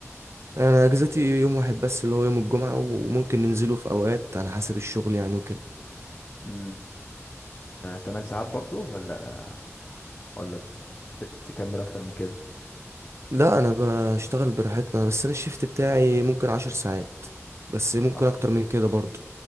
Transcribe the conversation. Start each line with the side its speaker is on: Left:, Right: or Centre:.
Right: انا اجازتي يوم واحد بس اللي هو يوم الجمعه وممكن ننزله في اوقات على حسب الشغل يعني وكده
Left: امم 8 ساعات برضه ولا ولا بتكمل اكتر من كده
Right: لا انا بشتغل براحتنا بس انا الشيفت بتاعي ممكن عشر ساعات بس ممكن
Left: 10
Right: اكتر من كده برضه